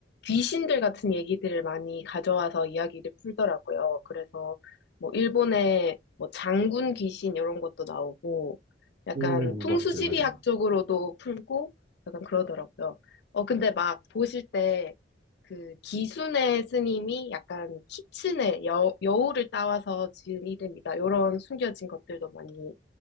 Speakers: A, on the left; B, on the right.
A: 귀신들 같은 얘기들을 많이 가져와서 이야기를 풀더라고요. 그래서 뭐 일본의 뭐 장군 귀신 이런 것도 나오고 약간
B: 음,
A: 풍수지리학
B: 맞아요, 맞아요.
A: 쪽으로도 풀고 약간 그러더라고요. 어, 근데 막 보실 때 그 기순의 스님이 약간 키친의 여, 여우를 따와서 지은 이름이다. 이런 숨겨진 것들도 많이